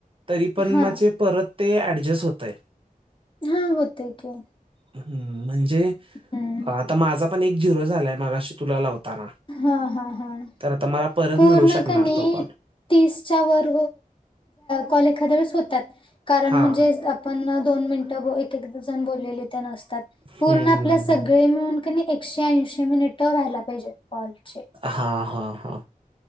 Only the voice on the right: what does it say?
तरी पण
मग ते परत. ते ॲडजस्ट होत आहे.
हम्म म्हणजे
आता माझा पण एक झिरो झालाय मागाशी तुला लावताना
तर आता मला परत
मिळू शकणार
तो कॉल
हां.
हं,
हं, हं,
हं.
हा हा हा.